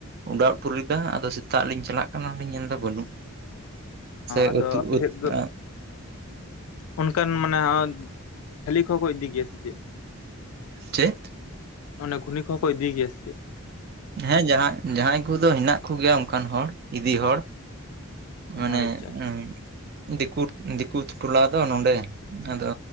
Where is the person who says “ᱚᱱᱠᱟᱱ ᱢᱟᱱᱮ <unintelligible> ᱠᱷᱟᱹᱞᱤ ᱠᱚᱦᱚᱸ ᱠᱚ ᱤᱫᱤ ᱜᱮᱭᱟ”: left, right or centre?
Left